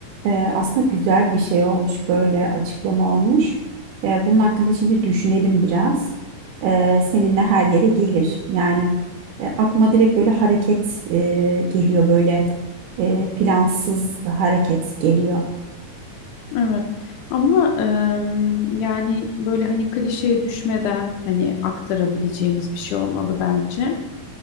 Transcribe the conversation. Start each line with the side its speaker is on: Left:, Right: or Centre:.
Right: Ee, aslında güzel bir şey olmuş böyle açıklama olmuş. Ee, bunun hakkında şimdi düşünelim biraz. Ee, seninle her yere gelir. Yani e, aklıma direkt böyle hareket e, geliyor böyle e, plansız hareket geliyor.
Left: Evet. Ama em, yani böyle hani klişeye düşmeden hani aktarabileceğimiz bir şey olmalı bence.